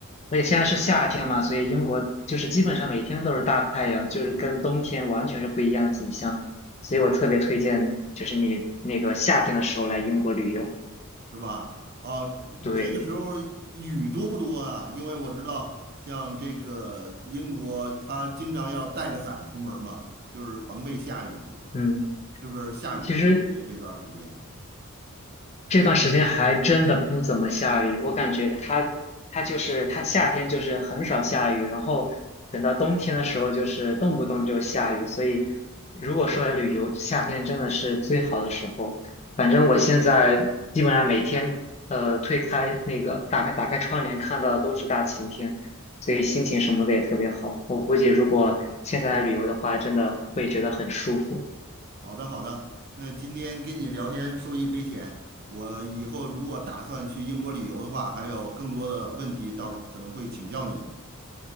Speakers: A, on the left (about 30°); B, on the right (about 45°).
A: 而且现在是夏天嘛，
B: 嗯，
A: 所以英国就是基本上每天都是大太阳，就是跟冬天完全是不一样的景象。所以我特别推荐，就是你那个夏天的时候来英国旅游。
B: 是吧？哦，
A: 对，
B: 这个时候雨多不多啊？因为我知道，像这个英国，它经常要带着伞出门嘛，就是防备下雨。
A: 嗯。
B: 是不是下雨多一些这段时间？
A: 其实这段时间还真的不怎么下雨，我感觉它它就是它夏天就是很少下雨，然后等到冬天的时候就是动不动就下雨，所以如果说旅游，夏天真的是最好的时候。反正我现在基本上每天呃推开那个打开打开窗帘看到的都是大晴天，所以心情什么的也特别好。我估计如果现在来旅游的话，真的会觉得很舒服。
B: 好的，好的，那今天跟你聊天受益匪浅，我以后如果打算去英国旅游的话，还有更多的问题，到时候可能会请教你。